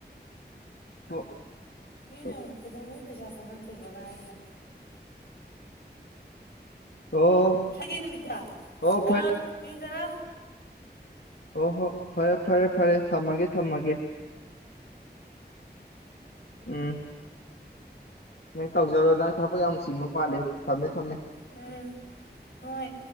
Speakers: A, on the left (about 85°); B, on the left (about 60°).
A: <unintelligible>
B: ꯁꯤꯅ ꯄꯩꯁꯥ ꯆꯡꯉꯛ ꯇꯤꯕꯒ ꯍꯥꯏꯒꯗꯃꯤ
A: ꯑꯣ
B: ꯍꯖꯤ ꯅꯨꯃꯤꯇꯥ
A: ꯑꯣ
B: ꯑ ꯏꯟꯗꯔ
A: ꯍꫭ ꯍꯣ ꯐꯔꯦ ꯐꯔꯦ ꯐꯔꯦ ꯊꯝꯃꯒꯦ ꯊꯝꯃꯒꯦ ꯎꯝ ꯅꯪ ꯇꯥꯎꯖꯔꯗ ꯊꯕꯛ ꯌꯥꯝ ꯆꯤꯡꯕ ꯃꯥꯜꯂꯤ ꯊꯝꯃꯦ ꯊꯝꯃꯦ
B: ꯎꯝ ꯍꯣꯏ